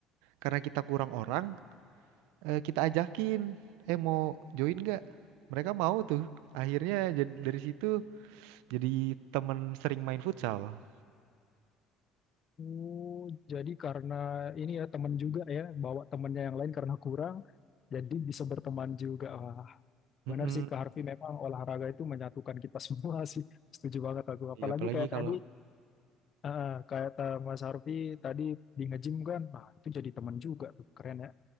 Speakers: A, on the right; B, on the left.
A: Karena kita kurang orang, eh, kita ajakin, eh mau join nggak? Mereka mau tuh. Akhirnya jad- dari situ jadi temen sering main futsal.
B: Oh, jadi karena ini ya teman juga ya, bawa temennya yang lain karena kurang, jadi bisa berteman juga. Wah,
A: Mm-mm.
B: benar sih Kak Harvey, memang olahraga itu menyatukan kita <laughs> semua sih. Setuju banget aku. Apalagi
A: Iya apalagi
B: kayak
A: kalau
B: tadi, eh, kayak ta- Mas Harvey tadi di nge-gym kan, nah itu jadi teman juga tuh, keren ya.